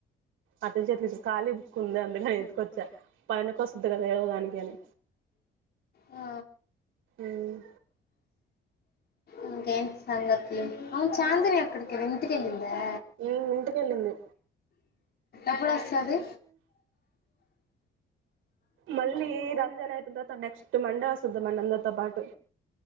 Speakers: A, on the right (about 85°); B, on the left (about 55°).
A: అతని చేతిలో ఇప్పుడు ఖాళీ బుక్ ఉంది అందుకని ఎతుకొచ్చా పైన కోస్ ఇంత కదా ఏవ గాని కని
B: ఆ
A: ఉమ్
B: ఇంకేంటి సంగతులు అవును చాందిని ఎక్కడికి వెళ్ళి ఇంటికెళ్ళింది దా
A: ఉమ్ ఇంటికెళ్ళింది
B: ఎప్పుడూ వస్తది
A: మళ్ళీ రంజాన్ అయితుంద నెక్స్ట్ మండే వస్తుంద మన అందరితో పాటు